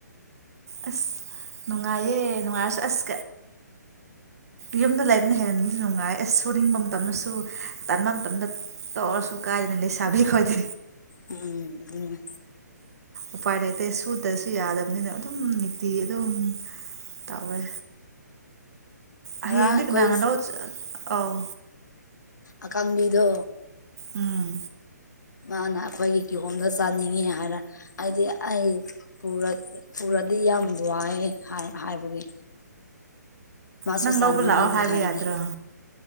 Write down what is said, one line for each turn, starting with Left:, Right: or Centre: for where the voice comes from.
Right: ꯑꯁ ꯅꯨꯡꯉꯥꯏꯌꯦ ꯅꯨꯡꯉꯥꯏꯔꯁꯨ ꯑꯁ ꯌꯨꯝꯗ ꯂꯩꯕꯅ ꯍꯦꯟꯅꯗꯤ ꯅꯨꯡꯉꯥꯏ ꯑ ꯁꯨꯅꯤꯡꯕ ꯃꯇꯝꯗꯁꯨ ꯇꯟꯕ ꯃꯇꯝꯗ ꯇꯧꯔꯁꯨꯨ ꯀꯥꯏꯗꯦ ꯂꯩꯁꯥꯕꯤ ꯈꯣꯏꯗꯤ
Left: ꯎꯝ ꯎꯝ
Right: ꯎꯄꯥꯏ ꯂꯩꯇꯦ ꯁꯨꯗ꯭ꯔꯁꯨ ꯌꯥꯗꯕꯅꯤꯅ ꯑꯗꯨꯝ ꯅꯤꯇꯤꯒꯤ ꯑꯗꯨꯝ ꯇꯧꯋꯦ
Left: ꯉꯔꯥꯡ
Right: ꯍꯌꯦꯡꯗꯤ
Left: ꯑꯩꯈꯣꯏ
Right: ꯀꯅꯥꯒ ꯂꯧ ꯆ-ꯑꯧ
Left: ꯑꯀꯡꯕꯤꯗꯣ
Right: ꯎꯝ
Left: ꯃꯥꯅ ꯑꯩꯈꯣꯏꯒꯤ ꯀꯤꯍꯣꯝꯗ ꯆꯥꯅꯤꯡꯉꯦ ꯍꯥꯏꯔ ꯑꯩꯗꯤ ꯑꯩ ꯄꯨꯔꯛ-ꯄꯨꯔ ꯄꯗꯤ ꯌꯥꯝ ꯋꯥꯏꯌꯦ ꯍꯥꯏ - ꯍꯥꯏꯕꯒꯤ ꯃꯥ
Right: ꯅꯪ
Left: ꯁ ꯁ
Right: ꯂꯧꯕ
Left: ꯍꯥꯏ
Right: ꯂꯥꯛꯑꯣ ꯍꯥꯏꯕ ꯌꯥꯗ꯭ꯔꯣ